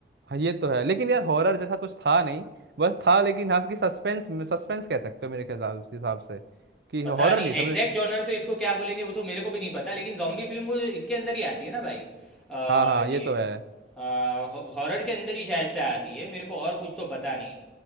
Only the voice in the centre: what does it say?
पता
नहीं
एग्जैक्ट
जॉनर तो इसको क्या बोलेंगे वो तो मेरे को भी नहीं पता लेकिन जॉम्बी फिल्म वो इसके अंदर ही आती है ना भाई आ,
ये
हॉरर के अंदर ही शायद से आती है मेरे को और कुछ तो पता नहीं